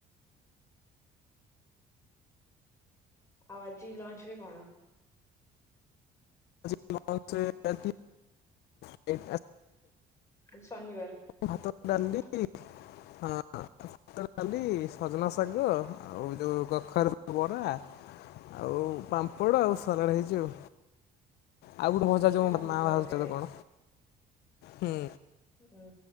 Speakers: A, on the left; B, on the left.
A: ଆଉ ଆଜି ଲଞ୍ଚ୍ ରେ କଣ?
B: ଲଞ୍ଚ୍ ରେ <unintelligible> <unintelligible> ଟ କଣ
A: ଆଜି ଶନିବାର
B: ଭାତ
A: ହୁଁ
B: ଡାଲିିଲ ହଁ। <unintelligible> ଡାଲି, ସଜନା ଶାଗ ଆଉ ଯୋଉ କଖରୁ ବରା। ଆଉ ପାମ୍ପଡ଼ ଆଉ ସାଲାଡ଼ ହେଇଛି ଆଉ। ଆଉ ଗୋଠେ <unintelligible> ମଜାଛିବ
A: ଆଜି
B: ମତେ
A: ବହୁତ
B: ମାଁ ବାହାରୁଛି
A: ଭଲ ଖାଇବା
B: <unintelligible> ତ କଣ ହୁଁ।
A: ହୁଁ।